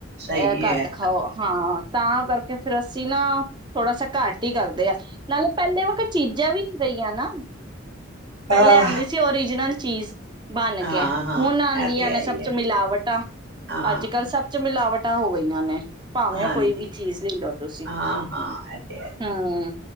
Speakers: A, on the right (about 60°); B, on the right (about 25°).
A: ਸਹੀ
B: ਇਹ ਘੱਟ
A: ਹੈ
B: ਖਾਓ ਹਾਂ। ਤਾਂ ਕਰਕੇ ਫੇਰ ਅਸੀਂ ਨਾ, ਥੋੜਾ ਸ ਘੱਟ ਹੀ ਕਰਦੇ ਆ। ਨਾਲੇ ਪਹਿਲੇ ਵਕ ਚੀਜ਼ਾਂ ਵੀ ਗਈ ਆ ਨਾ। ਪਹਿਲੇ
A: ਹਾਂ
B: ਆਂਦੀ ਸੀ ਓਰੀਜਨਲ ਚੀਜ਼ ਬਨ
A: ਹਾਂ
B: ਕੇ
A: ਹਾਂ
B: ਹੁਨ ਆਂਦੀਆਂ
A: ਇਹ ਤੇ
B: ਨੇ
A: ਹੈ
B: ਸਭ
A: ਹੀ ਹੈ
B: ਚ ਮਿਲਾਵਟਾਂ,
A: ਹਾਂ
B: ਅੱਜ-ਕੱਲ ਸਭ ਚ ਮਿਲਾਵਟਾਂ ਹੋ ਗਈਆਂ ਨੇ। ਭਾਵੇਂ
A: ਹਾਂਜੀ
B: ਉਹ ਕੋਈ ਵੀ ਚੀਜ਼ ਲੀ ਲਓ ਤੁਸੀਂ,
A: ਹਾਂ ਹਾਂ ਇਹ ਤੇ ਹੈ
B: ਹਾਂ।